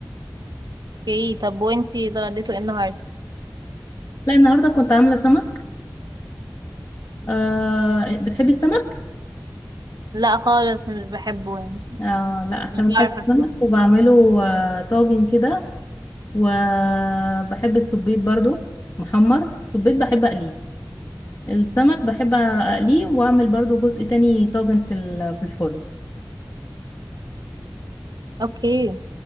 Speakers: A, on the right (about 70°); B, on the left (about 40°).
A: اوكي طب وانتي اتغديتوا ايه النهاردة
B: لا النهارده كنت عامله سمك آه بتحبي السمك
A: لا خالص مش بحبه يعني
B: آه لا احنا
A: مش
B: بنحب
A: بعرف
B: السمك
A: أطبخ.
B: وبعمله آه طاجن كده وبحب السبيط برضو محمر السبيط بحب اقليه السمك بحب اقليه واعمل برضو جزء تاني طاجن في ال- في الفرن
A: اوكي